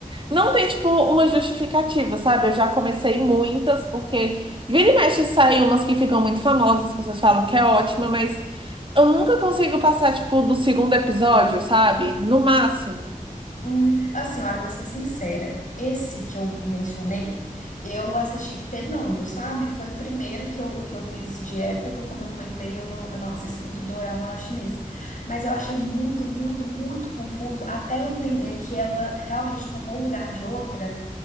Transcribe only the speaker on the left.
Hum, assim, olha, vou ser sincera. Esse que eu mencionei, eu assisti penando, sabe? Foi o primeiro que eu, que eu fiz de época. Como eu comentei, eu não, eu não assisto muito dorama chinês. Mas eu achei muito, muito, muito confuso até eu entender que ela realmente tomou o lugar de outra.